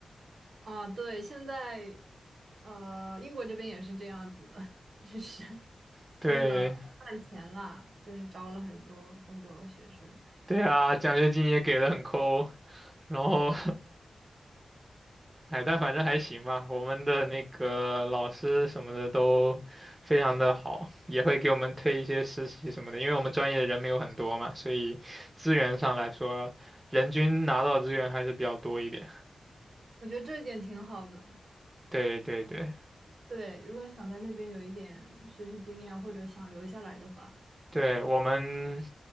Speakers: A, on the right (about 60°); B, on the right (about 15°).
A: 啊，对，现在呃，英国这边也是这样子的，<laughs> 就是。
B: <laughs> 对，
A: 为了赚钱啦，就是招了很多中国学生，
B: 对啊，奖学金也给的很抠，然后哎，但反正还行吧。我们的那个老师什么的都非常的好，也会给我们推一些实习什么的。因为我们专业人没有很多嘛，所以资源上来说，人均拿到的资源还是比较多一点。
A: 我觉得这一点挺好的。
B: 对对对
A: 对，如果想在那边有一点实习经验，或者想留下来的话，
B: 对，我们